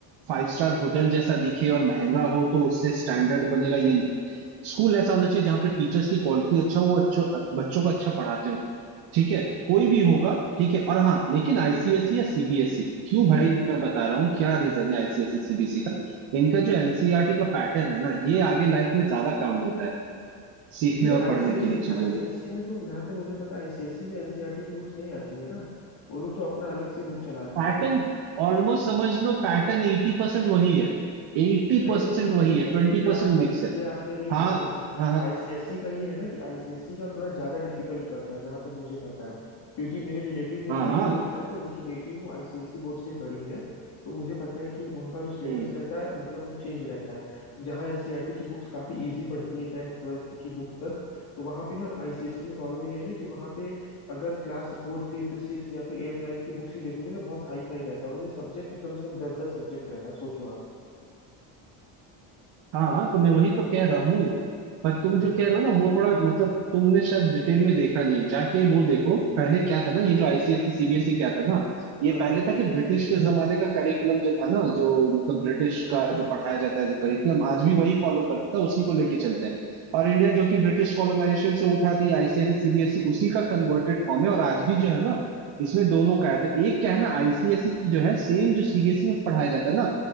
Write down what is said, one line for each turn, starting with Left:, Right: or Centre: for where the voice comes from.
Right: फाइव स्टार होटल जैसा दिखे और महंगा हो तो उससे स्टैंडर्ड बनेगा ये नहीं स्कूल ऐसा होना चाहिए जहाँ पे टीचर्स की क्वालिटी अच्छा हो वो अच्छो बच्चों को अच्छा पढ़ाते हो ठीक है कोई भी होगा ठीक है और हाँ लेकिन आईसीएसई या सीबीएसई क्यों भाई मैं बता रहा हूँ क्या रीजन है आईसीएसई सीबीएसई का इनका जो एनसीईआरटी का पैटर्न है ना ये आगे लाइफ में ज्यादा काम देता है सीखने
Left: लेकिन यार
Right: और
Left: आईसीएससी
Right: पढ़ने के लिए चीजों
Left: आईसीएससी
Right: में
Left: में तो जहाँ तक मुझे पता है आईसीएससी में एनसीईआरटी की बुक्स नहीं आती है ना वो लोग तो अपना अलग से बुक चलाते
Right: पैटर्न
Left: हैं
Right: ऑलमोस्ट समझ लो पैटर्न एटी परसेंट वही है एटी
Left: नहीं
Right: परसेंट
Left: नहीं नहीं नहीं
Right: वही
Left: नहीं
Right: है
Left: नहीं
Right: ट्वेंटी
Left: ये
Right: परसेंट
Left: आपने
Right: मिक्स है
Left: ये आपने नहीं
Right: हाँ
Left: बोला देखो
Right: हाँ हाँ
Left: आईसीएसई का ये है ना कि आईसीएसई का थोड़ा ज्यादा डिफिकल्ट पड़ता है जहां तक मुझे पता है क्योंकि मेरे रिलेटिव में
Right: हाँ
Left: भी
Right: हाँ
Left: एक लोग है तो उनकी बेटी वो आईसीएसई बोर्ड से ही पढ़ी है तो मुझे पता है कि उनका जो सिलेबस
Right: हम्म,
Left: रहता है मतलब वो चेंज रहता है जहाँ एनसीईआरटी की बुक्स काफी इजी पड़ती हैं टेंथ ट्वेल्थ की बुक तक तो वहाँ पे ना आईसीएसई में प्रॉब्लम ये है ना कि वहाँ पे अगर क्लास फोर्थ फिफ्थ सिक्स या फिर एट्थ नाइन्थ की बुक्स ही देखोगे ना बहुत हाई फाई रहता है उनमें सब्जेक्ट ही कम से कम दस दस सब्जेक्ट रहता है सोचो आप
Right: हाँ तो मैं वही तो कह रहा हूँ पर तुम
Left: हम्म
Right: जो कह रहे हो ना वो थोड़ा मतलब तुमने शायद डिटेल में देखा नहीं है जाके वो देखो पहले क्या था ना ये जो आईसीएसई सीबीएसई क्या था ना ये
Left: हाँ
Right: पहले
Left: हाँ
Right: था कि ब्रिटिश के जमाने का करिकुलम जो था ना जो मतलब ब्रिटिश का जो पढ़ाया जाता है जो करिकुलम आज भी वही फॉलो करता है उसी को लेके चलते हैं और इंडिया जो कि ब्रिटिश कॉलोनाइजेशन से उठा तो ये आईसीएसई सीबीएसई उसी का कन्वर्टेड फॉर्म है और आज भी जो है ना इसमें दोनों का है तो एक क्या है ना आईसीएसई जो है सेम जो सीबीएसई में पढ़ाया जाता है ना